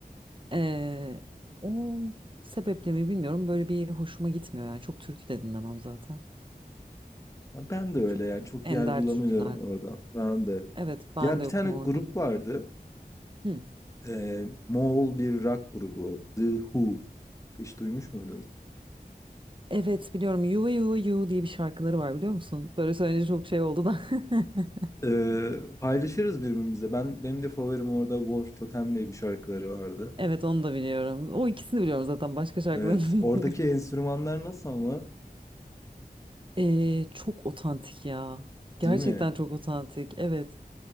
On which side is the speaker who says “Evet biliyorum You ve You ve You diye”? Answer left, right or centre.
Right